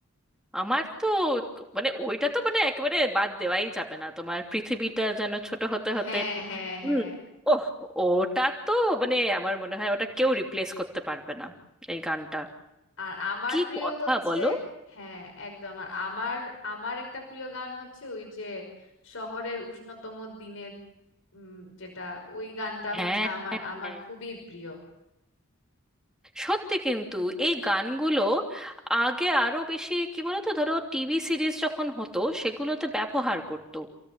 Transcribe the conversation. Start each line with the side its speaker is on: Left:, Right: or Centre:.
Centre: আমার তো তো- মানে ওইটা তো মানে একেবারে বাদ দেওয়াই যাবে না তোমার পৃথিবীটা যেন ছোট হতে হতে
Left: হ্যাঁ হ্যাঁ
Centre: হুম,
Left: হ্যাঁ
Centre: ওহ ওটা তো মানে আমার মনে হয় ওটা কেউ রিপ্লেস করতে পারবে না এই গানটা
Left: আর আমার
Centre: কি
Left: প্রিয়
Centre: কথা
Left: হচ্ছে
Centre: বলো
Left: হ্যাঁ একদম আর আমার আমার একটা প্রিয় গান হচ্ছে ওই যে শহরের উষ্ণতম দিনে উম, যেটা ওই গানটা
Centre: হ্যাঁ
Left: হচ্ছে আমার
Centre: হ্যাঁ।
Left: আমার খুবই প্রিয়
Centre: সত্যি কিন্তু এই গানগুলো আগে আরো বেশি কি বলতো ধরো টিভি সিরিজ যখন হতো সেগুলোতে ব্যবহার করতো